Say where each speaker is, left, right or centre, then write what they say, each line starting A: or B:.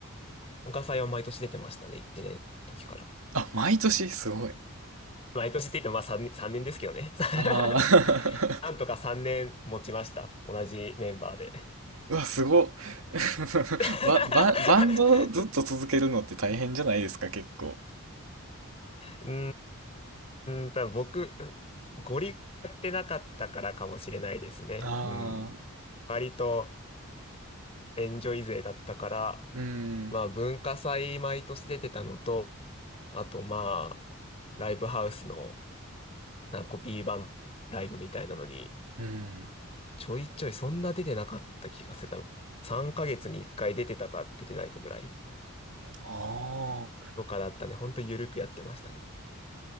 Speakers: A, on the left (about 30°); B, on the right (about 70°).
A: 文化祭は毎年出てましたね、1年の時から。
B: あ、毎年すごい。
A: 毎年って言ってもまあ3、3年ですけどね。
B: ああ。
A: <laughs>
B: <laughs>
A: なんとか3年持ちました。同じメンバーで。
B: うわ、すごっ。<laughs>
A: <laughs>
B: ば、ば、バンドずっと続けるのって大変じゃないですか、結構。
A: うーん、多分僕、ゴリやってなかったからかもしれないですね。
B: ああ、
A: うん。割とエンジョイ勢だったから、
B: うん、
A: まあ文化祭毎年出てたのと、あとまあ、ライブハウスのなんかコピー版ライブみたいなのに
B: うん。
A: ちょいちょいそんな出てなかった気がする。多分3ヶ月に1回出てたか出てないかぐらい
B: あ
A: とかだったね。ほんとゆるくやってましたね。